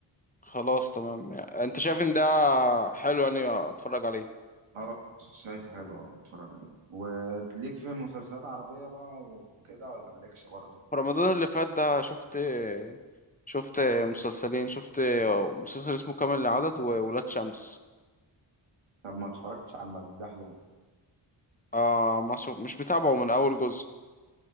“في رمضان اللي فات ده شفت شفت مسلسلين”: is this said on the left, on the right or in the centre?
Left